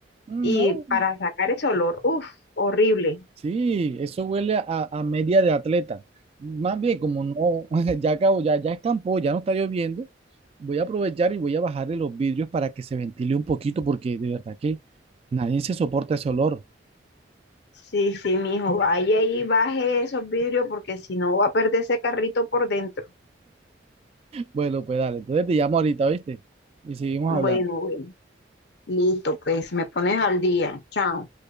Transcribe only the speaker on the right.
Mm,
No,
Sí, eso huele a, a media de atleta. Más bien, como no, <laughs> ya acabo, ya, ya escampó, ya no está lloviendo, voy a aprovechar y voy a bajarle los vidrios para que se ventile un poquito, porque de verdad que nadie se soporta ese olor.
Bueno, pues dale, entonces te llamo ahorita, ¿viste? Y seguimos
hablando.